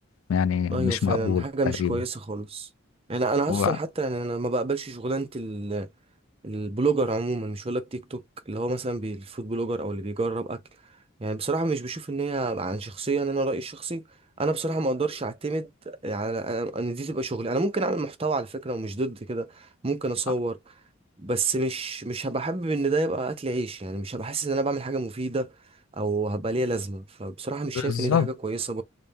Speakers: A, on the left; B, on the right.
A: يعني مش
B: ايوه فعلا
A: مقبول
B: حاجة
A: تقريبا
B: مش كويسة خالص يعني انا
A: هو
B: اصلا حتى يعني انا ما بقبلش شغلانة ال البلوجر عموما مش هقولك تيك توك اللي هو مثلا بي- الفود بلوجر او اللي بيجرب اكل يعني بصراحه مش بشوف ان هي عن شخصيا انا رايي الشخصي انا بصراحه ما اقدرش اعتمد على أنا- ان دي تبقى شغلي انا ممكن اعمل محتوى على فكره ومش ضد كده ممكن اصور
A: آه،
B: بس مش مش هبقى حابب ان ده يبقى اكل عيش يعني مش هبقى حاسس ان انا بعمل حاجه مفيده او هبقى ليها لازمه فبصراحه مش
A: بالظبط
B: شايف ان دي حاجه كويسه